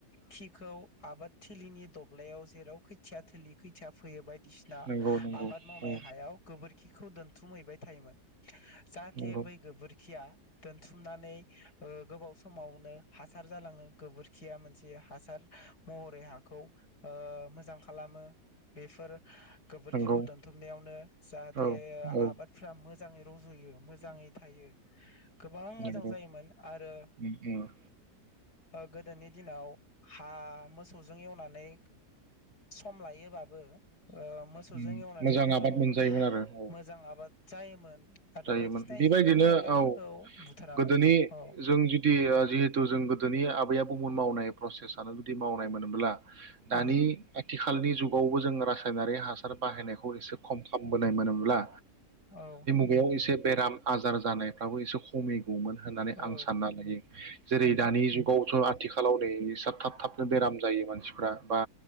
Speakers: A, on the left; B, on the right.
A: खिखौ आबाद थिलिनि दब्लायाव जेराव खोथिया थोलि खोथिया फैयो बाय बायदिसिना
B: नंगौ नंगौ
A: आबाद मावनाय
B: औ
A: हायाव गोबोरखिखौ दोनथुमहैबाय थायोमोन जाहाथे
B: नंगौ
A: बै गोबोरखिया दोनथुमनानै ओ गोबाव समावनो हासार जालाङो गोबोरखिया मोनसे हासार महरै हाखौ ओ‌ मोजां खालामो बेफोर गोबोरखिखौ
B: नंगौ
A: दोनथुमनायावनो जाहाथे
B: औ औ
A: आबादफ्रा मोजां मोजाङै रज'यो मोजाङै थायो गोबां मोजां
B: नंगौ
A: जायोमोन आरो
B: उम उम
A: ओ गोदोनि दिनाव हा मोसौजों एवनानै सम लायोबाबो ओ मोसौजों
B: उम
A: एवनानै
B: मोजां
A: गोबां
B: आबाद मोनजायोमोन आरो औ
A: मोजां आबाद जायोमोन आरो
B: जायोमोन
A: बायदिसिना
B: बेबायदिनो
A: एम्फौ एनलाफोरखौ
B: औ
A: बुथारामोन
B: गोदोनि
A: औ
B: जों जुदि जिहेथु जों गोदोनि आबै आबौ उन मावनाय प्रसेसानो मावनाय मोनोब्ला दानि
A: उम
B: आथिखाल खालनि जुगावबो जों रासायनारि हासार आरो बाहायनायखौ एसे खम खालामबोनाय मोनोमो ब्ला
A: औ
B: बेयाव‌ एसे बेराम आजार जानायफ्राबो एसे खमै गौमोन होननानै
A: औ
B: आं सानना लायो जेरै
A: नोंथां
B: दानि जुगावथ' आथिखालाव नै जा‌ थाब थाबनो बेराम जायो मानसि फ्रा बा